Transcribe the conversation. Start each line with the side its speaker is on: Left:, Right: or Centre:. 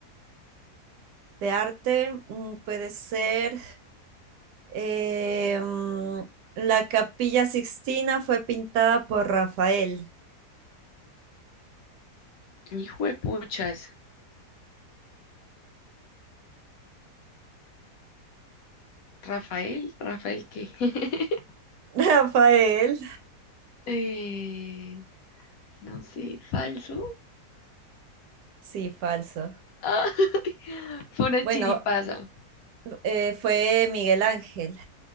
Right: De arte mm, puede ser eh, mm, la Capilla Sixtina fue pintada por Rafael.
Left: Hijo de puchas. Rafael, Rafael, ¿qué? <laughs>
Right: <laughs> Rafael.
Left: Eh, no sé, falso.
Right: Sí, falso.
Left: Ah, <laughs> fue una
Right: Bueno,
Left: chiripaza.
Right: eh, fue Miguel Ángel.